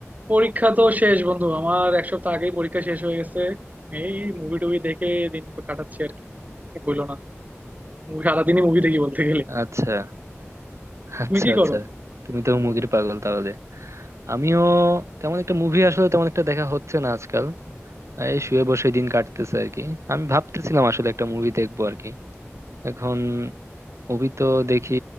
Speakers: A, on the right; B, on the right.
A: পরীক্ষা তো শেষ বন্ধু আমার এক সপ্তাহ আগেই পরীক্ষা শেষ হয়ে গেছে এই মুভি টুভি দেখে দিন কাটাচ্ছি আর কি আর বইলো না মুভি সারাদিনই মুভি দেখি বলতে গেলে
B: আচ্ছা আচ্ছা
A: তুমি কি
B: আচ্ছা
A: করো
B: তুমি তো মুভির পাগল তাহলে আমিও তেমন একটা মুভি আসলে তেমন একটা দেখা হচ্ছে না আজকাল এই শুয়ে বসে দিন কাটতেছে আর কি আমি ভাবতেছিলাম আসলে একটা মুভি দেখবো আর কি এখন মুভি তো দেখি